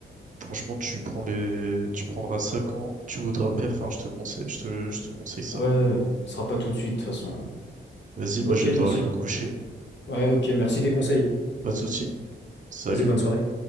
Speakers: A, on the right; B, on the left.
A: franchement, tu prends les... tu prendras ça quand tu voudras perf, enfin, je te conseille, je te, je te conseille ça.
B: Ouais, ce sera pas tout de suite, de toute façon.
A: Vas-y, moi
B: Ok,
A: je
B: merci.
A: vais devoir aller me coucher.
B: Ouais, ok, merci des conseils.
A: Pas de soucis. Salut.
B: Vas-y, bonne soirée.